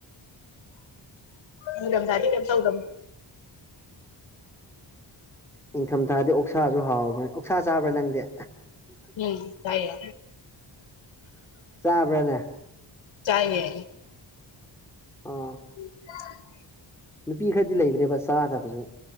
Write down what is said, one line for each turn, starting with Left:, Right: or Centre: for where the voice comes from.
Left: ꯎꯝ ꯒꯝ ꯊꯗꯤ ꯀ ꯁꯧꯗꯝ
Centre: ꯅꯤꯡꯊꯝꯊꯥꯗꯤ ꯑꯣꯛꯁꯥꯁꯨ ꯍꯥꯎꯕ꯭ꯔꯅꯦ ꯑꯣꯛꯁꯥ ꯆꯥꯕ꯭ꯔꯥ ꯅꯪꯗꯤ
Left: ꯎꯝ ꯇꯥꯏꯌꯦ
Centre: ꯆꯥꯕ꯭ꯔꯥꯅꯦ
Left: ꯆꯌꯦ
Centre: ꯑꯣ
Left: ꯎꯝ
Centre: ꯅꯨꯄꯤ ꯈꯔꯗꯤ ꯂꯩꯕ꯭ꯔꯦꯕ ꯆꯥꯗꯕꯁꯨ